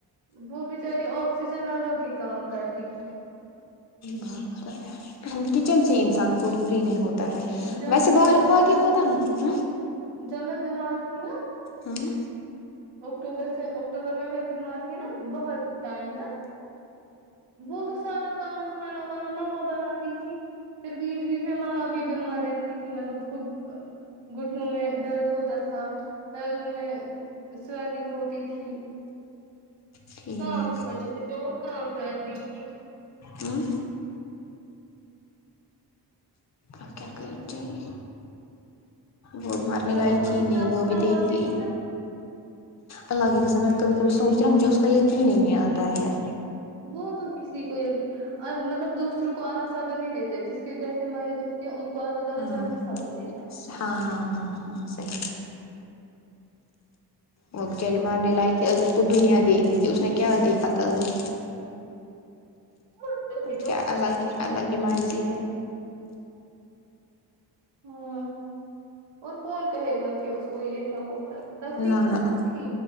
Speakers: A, on the right; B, on the left.
A: وہ بچاری آکسیجن لگا کے کام کرتی تھی
B: بھاگتا ہے ہ کچن سے انسان فوڈ پری نہیں ہوتا ہے
A: جب
B: ویسے باہر
A: جب میں
B: کی ہوتا نہیں
A: جب میں بیمار تھی نا
B: ہوں
A: اکتوبر سے اکٹوبر میں بیمار تھی نا بہت ٹائم تک وہ تو سارا کام کھانا وانا ماما بناتی تھی پھر بیچ بیچ میں ماما بھی بیمار رہتی تھی مطلب اس کو گھٹنوں میں درد ہوتا تھا پیروں میں سویلنگ ہوتی تھی
B: ٹھیک
A: کام کی وجہ سے جو کام کرتی تھی
B: ام اپ کیا کر چاہے وہ مرنے
A: تب
B: لائق
A: تو
B: تھی
A: وہی سب
B: نہیں وہ
A: کو
B: بھی
A: سنبھالتی
B: دیکھتی
A: تھی نا
B: اللہ کی کسم میں کبھی کبھی سوچتی ہوں مجھے اس کا یقین ہی نہیں آتا ہے
A: وہ تو کسی کو یکی اور مطلب دوسروں کو اللہ صبر نہیں دیتے جس کی گھر سے میت اٹھتی ہے ان کو اللہ تعالی
B: ہوں
A: جلدی صبر دیتا ہے
B: ہاں ہاں ہاں ہاں صحیح وہ بیچاری مرنے لائق تھے ابھی اس کو دنیا دیکھنی تھی اس نے کیا دیکھا تھا ابھی
A: کون کہے گا،
B: کیا اللہ کی اللہ کی مرضی ہے
A: ہمم اور کون کہے گا کہ اس کو یہ تھا وہ تھا تکلیف
B: نہ
A: تو
B: نہ
A: اس کو تھی